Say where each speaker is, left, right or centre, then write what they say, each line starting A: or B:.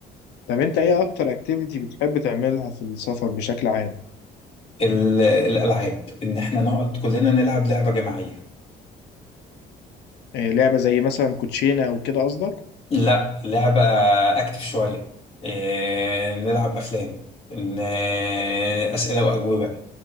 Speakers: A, on the left; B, on the left.
A: طب أنت إيه أكتر أكتيفيتي بتحب تعملها في السفر بشكل عام؟
B: ال- الالعاب ان احنا نقعد كلنا نلعب لعبه جماعيه
A: آه، لعبة زي مثلا كوتشينة أو كده قصدك؟
B: لا لعبه اكتف شويه إيه نلعب افلام إن إيه، اسئله واجوبه